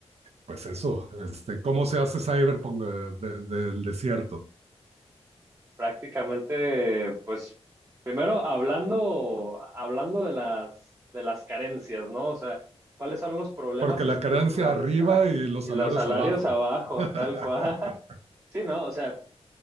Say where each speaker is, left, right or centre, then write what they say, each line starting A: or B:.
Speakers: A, on the right (about 70°); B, on the right (about 25°).
A: Pues eso, este, ¿cómo se hace Cyberpunk eh, de- del desierto?
B: Prácticamente, pues, primero hablando, hablando de las, de las carencias, ¿no? O sea, ¿cuáles son los problemas
A: Porque
B: estructurales?
A: la carencia arriba
B: Ajá.
A: y los
B: Y
A: salarios
B: los salarios
A: abajo.
B: abajo,
A: <laughs>
B: tal cual. <laughs> Sí, no, o sea,